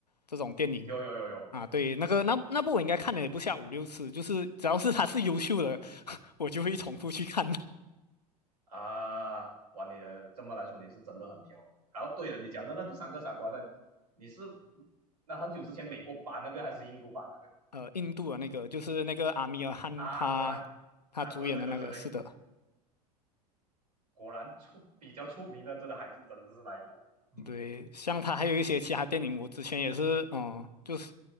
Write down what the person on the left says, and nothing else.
这种电影
啊？对，那个那那部我应该看了也不下五六次，就是只要是它是优秀的，<laughs> 我就会重复去看。
<laughs> 呃，印度的那个就是那个阿米尔汗他他主演的那个，
是的。
对，像他还有一些其他电影，我之前也是，嗯，就是